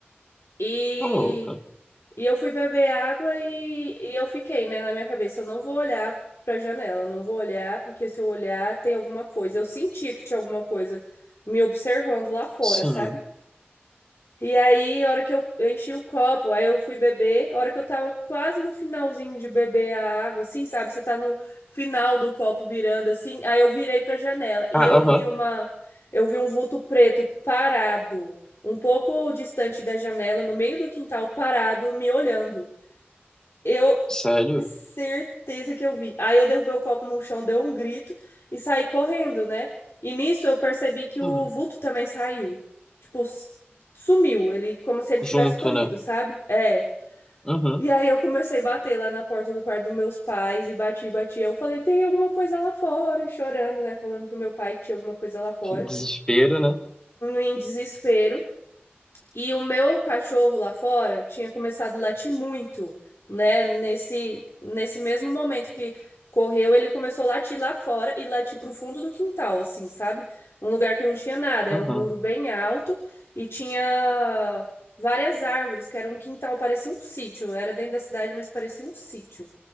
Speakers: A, on the left; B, on the left.
A: E
B: Tá louca.
A: E eu fui beber água e, e eu fiquei, né, na minha cabeça, eu não vou olhar pra janela, eu não vou olhar, porque se eu olhar tem alguma coisa. Eu sentia que tinha alguma coisa me observando lá fora,
B: Sim.
A: sabe? E aí, a hora que eu eu enchi o copo, aí eu fui beber, a hora que eu tava quase no finalzinho de beber a água, assim, sabe? Você tá no final do copo virando assim, aí eu virei pra janela e
B: Ah,
A: eu
B: aham.
A: vi uma, eu vi um vulto preto parado, um pouco distante da janela, no meio do quintal, parado, me olhando. Eu
B: Sério?
A: certeza que eu vi. Aí eu derrubei o copo no chão, deu um grito e saí correndo, né? E nisso eu percebi que o
B: Uhum.
A: vulto também saiu. Tipo, s- sumiu, ele como se ele tivesse
B: Junto,
A: corrido,
B: né?
A: sabe? É.
B: Uhum.
A: E aí eu comecei a bater lá na porta do quarto dos meus pais e bati, bati. Eu falei, tem alguma coisa lá fora, e chorando, né? Falando pro meu pai que tinha alguma coisa lá fora.
B: Que desespero, né?
A: Em desespero. E o meu cachorro lá fora tinha começado a latir muito, né? Nesse, nesse mesmo momento que correu, ele começou a latir lá fora e latir pro fundo do quintal, assim, sabe? Um lugar que não tinha nada, era
B: Uhum.
A: um muro bem alto e tinha várias árvores, que era um quintal, parecia um sítio. Era dentro da cidade, mas parecia um sítio.